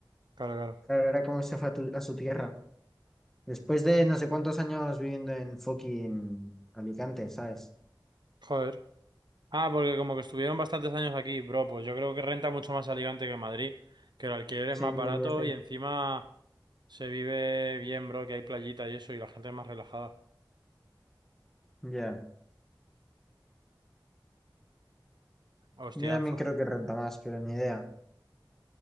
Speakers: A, on the right (about 65°); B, in the centre.
A: Claro, claro.
B: Claro, era como se fue a, tu- a su tierra. Después de no sé cuántos años viviendo en fucking Alicante, ¿sabes?
A: Joder. Ah, porque como que estuvieron bastantes años aquí, bro, pues yo creo que renta mucho más Alicante que Madrid, que el alquiler
B: Sí,
A: es más barato
B: mil veces.
A: y encima se vive bien, bro, que hay playita y eso y la gente es más relajada.
B: Ya.
A: Hostia,
B: Yo también
A: fa.
B: creo que renta más, pero ni idea.